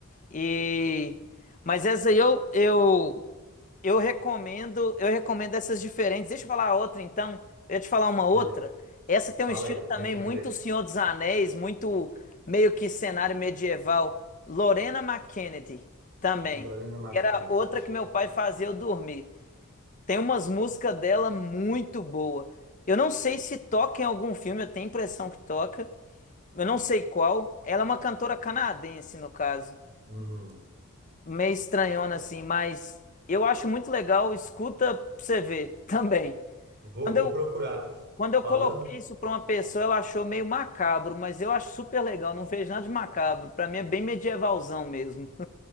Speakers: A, on the left; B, on the right.
A: E... Mas essa aí eu, eu Eu recomendo, eu recomendo essas diferentes. Deixa eu falar a outra então. Eu ia te falar uma outra.
B: Beleza.
A: Essa tem
B: Fala
A: um estilo
B: aí,
A: também
B: me recomenda
A: muito
B: aí.
A: Senhor dos Anéis, muito meio que cenário medieval. Lorena McKennedy também,
B: Lorena McKennitt,
A: que era outra
B: deixa
A: que
B: eu
A: meu
B: botar
A: pai
B: aqui.
A: fazia eu dormir. Tem umas músicas dela muito boa. Eu não sei se toca em algum filme, eu tenho a impressão que toca. Eu não sei qual. Ela é uma cantora canadense, no caso
B: Uhum.
A: meio estranhona assim, mas eu acho muito legal, escuta pra você ver <laughs> também.
B: Vou,
A: Quando
B: vou
A: eu,
B: procurar.
A: quando eu
B: Falando.
A: coloquei isso pra uma pessoa, ela achou meio macabro, mas eu acho super legal, não vejo nada de macabro. Pra mim é bem medievalzão mesmo. <laughs>